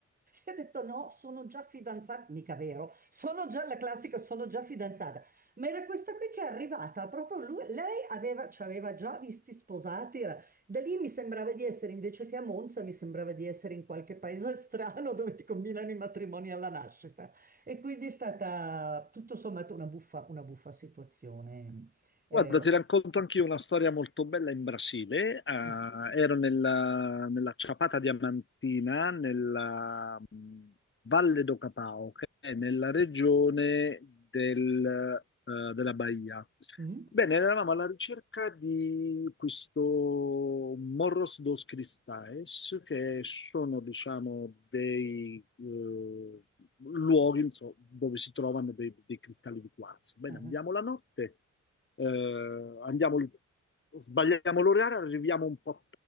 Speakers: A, on the right; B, on the left.
A: Io ho detto no, sono già fidanzata, mica vero, sono già la classica, sono già fidanzata. Ma era questa qui che è arrivata, proprio lui, lei aveva, ci aveva già visti sposati, era- da lì mi sembrava di essere, invece che a Monza, mi sembrava di essere in qualche paese <laughs> strano dove ti combinano i matrimoni alla nascita. E quindi è stata tutto sommato una buffa, una buffa situazione. Eh,
B: Guarda,
A: ogni-
B: ti racconto anche io una storia molto bella in Brasile. Ah,
A: eh,
B: ero nella, nella Ciapata Diamantina, nella mh, Valle do Capao, che è nella regione del, eh, della Bahia.
A: mm?
B: Bene, eravamo alla ricerca di questo Morros dos Cristais, che sono, diciamo, dei eh, luoghi insomma, dove si trovano dei, dei cristalli di quarzo. Bene,
A: Ah.
B: andiamo la notte, eh, andiamo, sbagliamo l'orario, arriviamo un po'